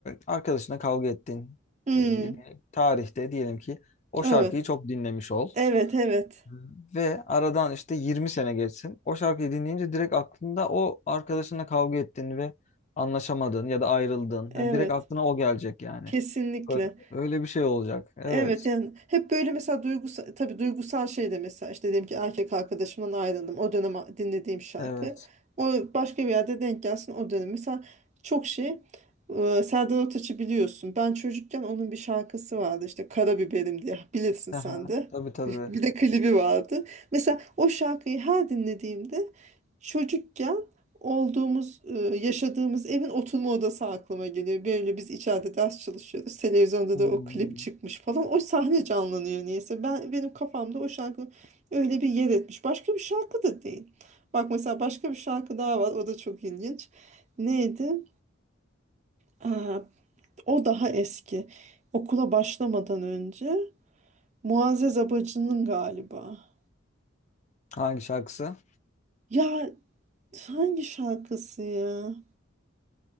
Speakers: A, on the left; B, on the right.
A: arkadaşına kavga ettin.
B: Hmm,
A: E, bir tarihte diyelim ki o
B: evet.
A: şarkıyı çok dinlemiş ol.
B: Evet, evet.
A: Hı. Ve aradan işte 20 sene geçsin. O şarkıyı dinleyince direkt aklında o arkadaşına kavga ettin ve anlaşamadın ya da ayrıldın.
B: Evet.
A: Yani direkt aklına o gelecek yani.
B: Kesinlikle.
A: Öyle öyle bir şey olacak. Evet.
B: Evet yani hep böyle mesela duygusal tabii duygusal şey de mesela işte dedim ki erkek arkadaşımdan ayrıldım o dönem dinlediğim şarkı
A: Evet.
B: o başka bir yerde denk gelsin o dönem mesela çok şey e, Serdar Ortaç'ı biliyorsun ben çocukken onun bir şarkısı vardı işte Karabiberim diye bilirsin
A: Aha,
B: sen de
A: tabii tabii.
B: bir de klibi vardı mesela o şarkıyı her dinlediğimde çocukken olduğumuz, e, yaşadığımız evin oturma odası aklıma geliyor. Böyle biz içeride ders çalışıyoruz. Televizyonda
A: Hmm.
B: da o klip çıkmış falan. O sahne canlanıyor niyeyse. Ben benim kafamda o şarkı öyle bir yer etmiş. Başka bir şarkı da değil. Bak mesela başka bir şarkı daha var. O da çok ilginç. Neydi? Aa, o daha eski. Okula başlamadan önce Muazzez Abacı'nın galiba.
A: Hangi şarkısı?
B: Ya hangi şarkısı ya?